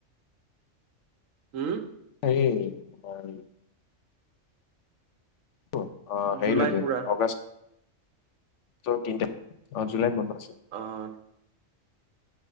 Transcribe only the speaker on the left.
সেই হয়। অ, হেৰি
লৈকে
আগষ্টৰ, তিনি তাৰিখ, অ, জুলাইত বন্ধ। আছে